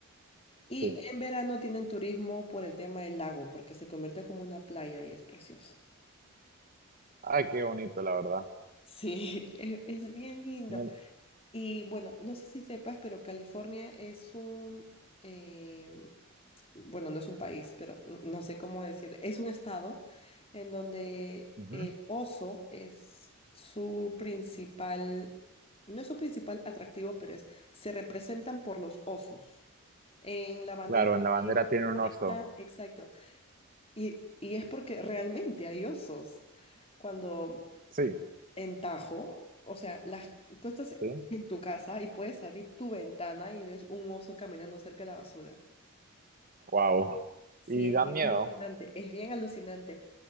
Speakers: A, on the left; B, on the right.
A: Y
B: sí.
A: en verano tienen turismo por el tema del lago, porque se convierte como una playa y es precioso.
B: Ay, qué bonito, la verdad.
A: Sí, <laughs> es, es bien lindo.
B: No-
A: Y bueno, no sé si sepas, pero California es un, em, bueno, no es un país, pero no, no sé cómo decir, es un estado en donde
B: Ujú.
A: el oso es su principal, no es su principal atractivo, pero es, se representan por los osos en la bandera.
B: claro, en la bandera
A: de-
B: tiene un oso.
A: ah, exacto. Y, y es porque realmente hay osos. Cuando
B: Sí,
A: en Tajo, o sea, las, tú estás
B: sí.
A: en tu casa y puedes abrir tu ventana y ves un oso caminando cerca de la basura.
B: Wow.
A: Sí,
B: Y
A: es
B: dan
A: bien
B: miedo.
A: alucinante, es bien alucinante.